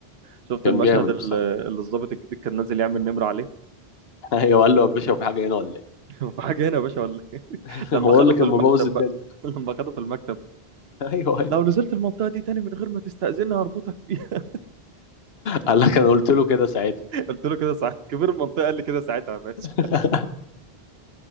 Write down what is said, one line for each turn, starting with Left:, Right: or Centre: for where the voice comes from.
Right: شفت
Left: كان
Right: المشهد
Left: جامد
Right: ال-
Left: بصراحه
Right: اللي الظابط الجديد كان نازل يعمل نمر عليه
Left: <laughs> ايوه قال له يا باشا في حاجه هنا ولا ايه
Right: <laughs> في حاجه هنا يا باشا ولا إيه؟
Left: <laughs>
Right: لما
Left: هو
Right: خده
Left: اللي كان
Right: في المكتب
Left: مبوظ الدنيا
Right: بقى <laughs> لما خده في المكتب
Left: <laughs> ايوه
Right: لو نزلت المنطقه دي تاني من غير ما تستأذني هربطك فيها
Left: قال لك انا قلت له كده ساعتها
Right: <laughs> قلت له كده ساعتها كبير المنطقه قال لي كده ساعتها يا باشا
Left: <laughs>